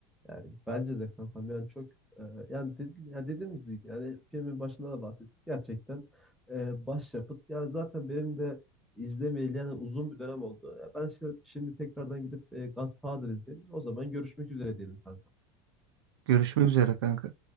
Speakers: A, in the centre; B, on the right.
A: Yani bence de kankam yani çok e, yani, dedi, ya dediğimiz gibi yani filmin başında da bahsettik gerçekten e, başyapıt yani zaten benim de izlemeyeli yani uzun bir dönem oldu. Ya ben şi- şimdi, tekrardan gidip e, Godfather izleyeyim. O zaman görüşmek üzere diyelim kankam.
B: Görüşmek üzere kanka.